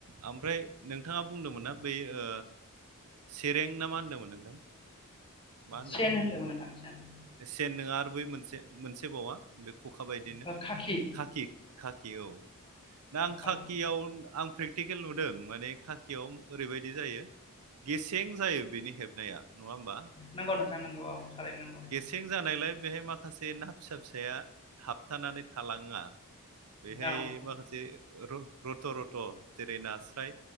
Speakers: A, on the right; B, on the left.
A: ओमफ्राय नोंथाङा बुंदोंमोन ना बे ओ सेरें ना मा होन्दोंमोन नोंथां मा
B: सेन होनदोंमोन
A: बेयो
B: नोंथां सेन
A: सेन नङा आरो बै मोनसे मोनसे बावा बे खखा बायदिनो
B: ओ खाखि
A: खाखि खाखि औ दा आं खाखियाव
B: औ
A: आं प्रेग टिकेल नुदों माने खाखियाव ओरैबायदि जायो गेसें जायो बिनि हेबनाया नङा होमबा
B: नांगौ नोंथां नांगौ औ थारै नंगौ
A: सेंजानायलाय बेहाय माखासे ना फिसा फिसाया थाबथानानै थालाङा बेहाय
B: औ
A: माखासे रथ' रथ' जेरै नास्राय